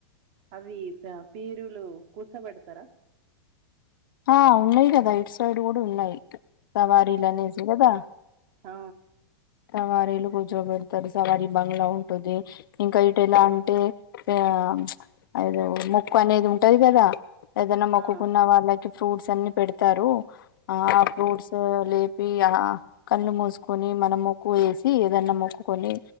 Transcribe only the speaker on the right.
అవి పీరులు కూసబెడతారా
అ
ఆ
ఆ